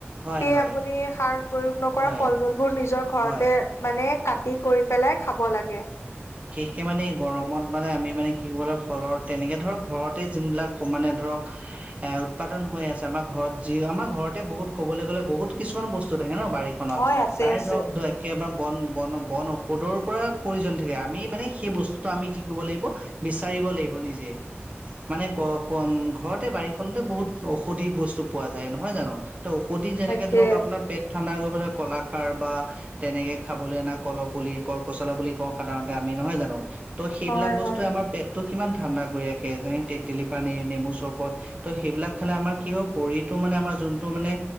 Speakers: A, on the right; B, on the left.
A: হয়
B: সেই
A: হয়
B: আপুনি প্ৰয়োগ নক
A: হয়
B: ফল মলবোৰ নিজ নিজৰ ঘৰতে
A: হয়
B: মানে কাটি কৰি পেলাই খাব লাগে
A: সেই মানে গৰমত মানে আমি মানে কি কৰিবলৈাগ ফলৰ তেনেকে ধৰক ঘৰতে যোনবিলাক মানে ধৰক এ উৎপাদন হৈ আছে আমাৰ ঘৰত যি আমাৰ ঘৰতে বহুত কবলৈ গ'লে বহুত কিছুমান বস্তু থাকে ন বাৰীখনত
B: হয় আছে
A: তাৰে
B: আছে
A: ধৰক আমাৰ বন বন বন ঔষধৰ পৰা প্ৰয়োজন থাকে আমি মানে সেই বস্তুটো আমি কি কৰিব লাগিব বিচাৰিব লাগিব নিজে মানে ক কম ঘৰতে বাৰীখনতে বহুত ঔষধি বস্তু পোৱা যায় নহয় জানো ত ঔষধি যেনেকে
B: তাকে
A: ধৰক আপোনাৰ পেট ঠাণ্ডা কৰিব কলাখাৰ বা তেনেকে খাবলৈ অনা কল পুলি কল পচলা বুলি কওঁ সাধাৰণতে আমি নহয় জানো ত' সেইবিলাক
B: হয়
A: বস্তুৱে
B: হয়
A: আমাৰ পেটটো কিমান ঠাণ্ডা কৰি ৰাখে। যেনে তেতেলী পানী নেমু চৰবত ত' সেইবিলাক খালে আমাৰ কি হয় শৰীৰটো মানে আমাৰ যোনটো মানে